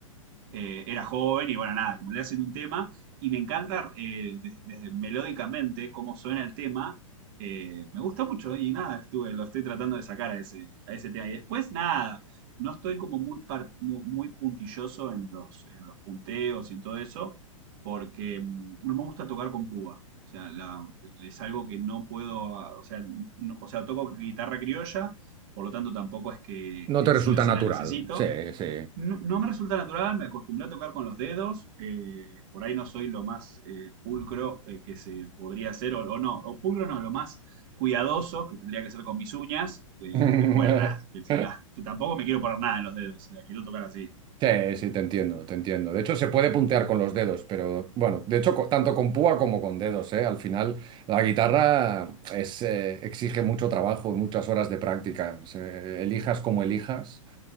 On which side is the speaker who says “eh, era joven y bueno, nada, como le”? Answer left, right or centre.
Right